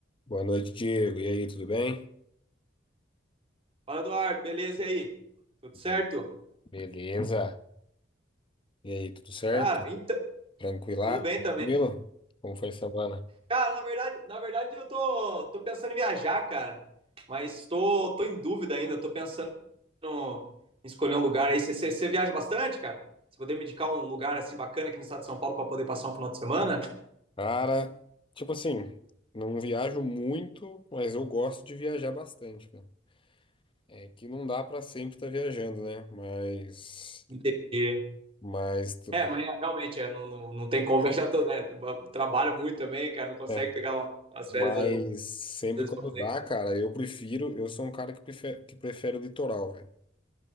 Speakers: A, on the left; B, on the right.
A: Boa noite, Diego. E aí, tudo bem?
B: Fala, Eduardo, beleza? E aí? Tudo certo?
A: Be- Beleza. E aí, tudo certo?
B: Cara, então,
A: Tranquila?
B: tudo bem
A: Tranquilo?
B: também.
A: Como foi a semana?
B: Cara, na verdade, na verdade eu tô, tô pensando em viajar, cara. Mas tô, tô em dúvida ainda, tô pensando no- em escolher um lugar aí. Você, você, você viaja bastante, cara? Você poder me indicar um lugar assim bacana aqui no estado de São Paulo para poder passar um final de semana?
A: Cara, tipo assim, não viajo muito, mas eu gosto de viajar bastante, cara. É que não dá pra sempre estar viajando, né? Mas,
B: Entendi.
A: mas, tu-
B: É, mas é, realmente é, não, não, não tem como <laughs> viajar todo, né? Trabalha muito também, cara, não consegue
A: é,
B: pegar uma- umas
A: mas
B: férias às
A: sempre
B: vezes
A: quando
B: para poder
A: dá, cara, eu prefiro, eu sou um cara que prefere, que prefere o litoral, velho.